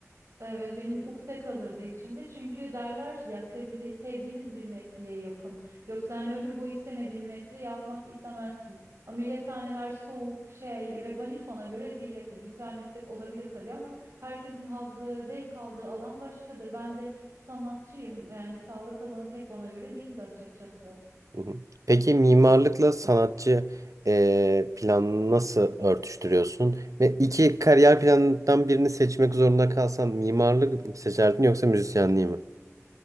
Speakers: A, on the right; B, on the right.
A: Evet benim ukde kalırdı içimde. Çünkü derler ya sevindi, sevdiğiniz bir mesleği yapın. Yoksa hani ömür boyu istemediğin bir mesleği yapmak istemezsin. Ameliyathaneler soğuk şey ve ba- hiç bana göre değil. Evet, Güzel meslek olabilir tabii ama herkesin hazzı, zevk aldığı alan başkadır. Ben de sanatçıyım. Yani sağlık alanı pek bana göre değildi açıkçası.
B: Hı hı. Peki mimarlıkla sanatçı eee planını nasıl örtüştürüyorsun? Ve iki kariyer planından birini seçmek zorunda kalsan mimarlık mı seçerdin yoksa müzisyenliği mi?